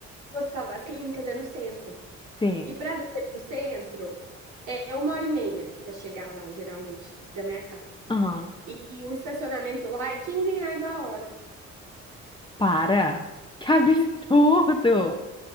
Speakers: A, on the right (about 80°); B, on the left (about 15°).
A: O Hospital das Clínicas é no centro.
B: Sim.
A: E para descer pro centro é uma hora e meia para chegar lá, geralmente, da minha casa.
B: Aham.
A: E o estacionamento lá é 15 reais a hora.
B: Para. Que absurdo.